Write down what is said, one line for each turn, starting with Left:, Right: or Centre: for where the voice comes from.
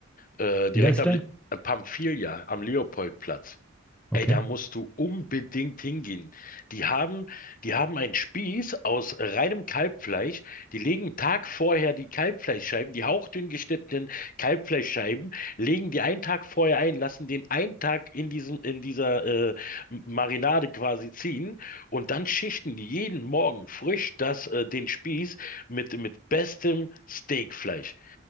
Left: Äh, direkt
Centre: Wie heißt
Left: am
Centre: der?
Left: Le äh, Pamphilia, am Leopoldplatz.
Centre: Okay.
Left: Ey, da musst du unbedingt hingehen. Die haben, die haben einen Spieß aus reinem Kalbfleisch. Die legen einen Tag vorher die Kalbfleischscheiben, die hauchdünn geschnittenen Kalbfleischscheiben, legen die einen Tag vorher ein, lassen den einen Tag in diesem, in dieser äh, M- Marinade quasi ziehen und dann schichten die jeden Morgen frisch das, äh, den Spieß mit, mit bestem Steakfleisch.